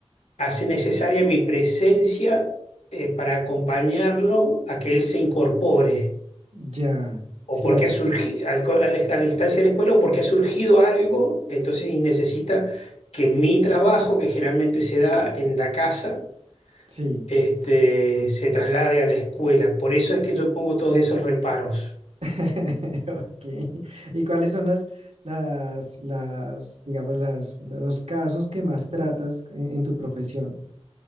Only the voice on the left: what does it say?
hace necesaria mi presencia eh, para acompañarlo a que él se incorpore.
O
porque
ha surgido, al co- a la a la instancia de la escuela, o porque ha surgido algo, entonces y necesita que mi trabajo, que generalmente se da en la casa,
este, se traslade a la escuela. Por eso es que yo pongo todos esos reparos.